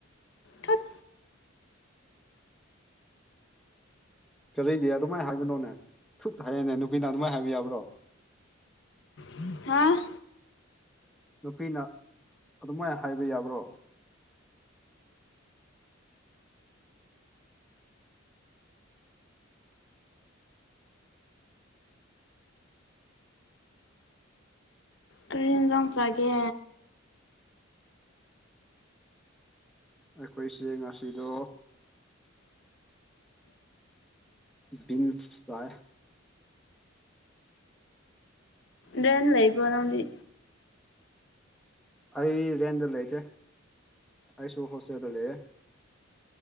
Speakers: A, on the left (about 65°); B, in the centre.
A: ꯊꯠ
B: ꯀꯔꯤꯒꯤ ꯑꯗꯨꯃꯥꯏꯅ ꯍꯥꯏꯕꯅꯣꯅꯦ ꯁꯨꯠ ꯍꯥꯏꯌꯦꯅꯦ ꯅꯨꯄꯤꯅ ꯑꯗꯨꯃꯥꯏꯅ ꯍꯥꯏꯕ ꯌꯥꯕ꯭ꯔꯣ
A: ꯎꯝ ꯍꯥ
B: ꯅꯨꯄꯤꯅ ꯑꯗꯨꯃꯥꯏꯅ ꯍꯥꯏꯕ ꯌꯥꯕ꯭ꯔꯣ
A: ꯀꯔꯤ ꯏꯟꯖꯥꯡ ꯆꯥꯒꯦ
B: ꯑꯩꯈꯣꯏꯁꯦ ꯉꯁꯤꯗꯣ ꯕꯤꯟꯁ ꯇꯥꯏ
A: ꯔꯦꯟ ꯂꯩꯕꯣꯅꯡꯗꯤ
B: ꯑꯩ ꯔꯦꯟꯗ ꯂꯩꯇꯦ ꯑꯩꯁꯨ ꯍꯣꯁꯇꯦꯜꯗ ꯂꯩꯌꯦ